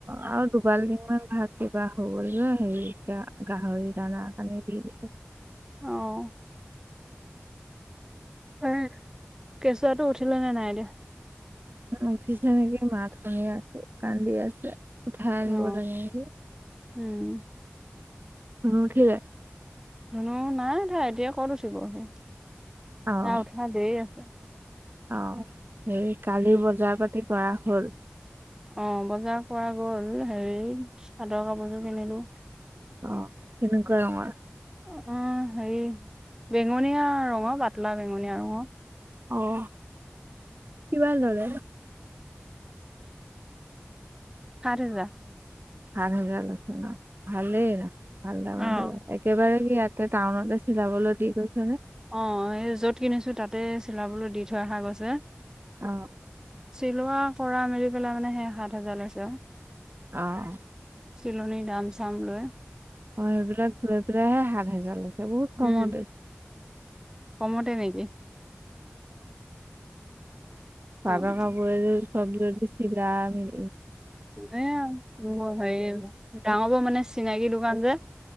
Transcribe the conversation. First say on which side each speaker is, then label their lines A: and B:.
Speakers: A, on the right; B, on the right.
A: আৰু দুবাল দিনমান ভাত কিবা হ' গ'ল যে হেৰি গা গাহৰি দানা কাৰনে।
B: অহ। এ কেঁচুৱাটো উঠিলে নে নাই এ দিয়া।
A: উঠিছে নেকি মাত শুনি আছে, কান্দি আছে। উঠাই আনিব
B: অ
A: লাগে নেকি,
B: উম
A: উঠিলে।
B: নো নাই তা এতিয়া ক'ত উঠিবহি,
A: অ',
B: তা উঠাহ দেৰি আছে।
A: অ' সেই কালি বজাৰ পাতি কৰা হ'ল।
B: অ' বজাৰ কৰা গ'ল, হেৰি চাদৰ কাপোৰযোৰ কিনিলো।
A: অ' কেনেকুৱা ৰঙৰ।
B: অ' হেৰি বেঙুনীয়া ৰঙৰ, পাতলা বেঙুনীয়া ৰঙৰ।
A: অহ কিমান ললে।
B: সাত হাজাৰ।
A: সাত হাজাৰ, ভালেই। ভাল দামতে
B: অ',
A: পায়। একেবাৰে কি ইয়াতে টাউনতে চিলাবলৈ দি গৈছে নে
B: -অ' যত কিনি ছো তাতে চিলাবলৈ দি থৈ অহা গৈছে,
A: অ
B: চিলোৱা পৰা মৰি পেলাই মানে সেই সাত হাজাৰ লৈছে আৰু
A: অহ।
B: চিলনি দাম-চাম লয়।
A: অ' সেইবিলাক লৈ পেলাইহে সাত হোজাৰ লৈছে বহুত কমতে।
B: উম কমতে নেকি?
A: পাটৰ
B: অ
A: কাপোৰ এযোৰ চব যদি চিলাই মে
B: এ হেৰি ডাঙৰ বৌৰ মানে চিনাকি দোকান যে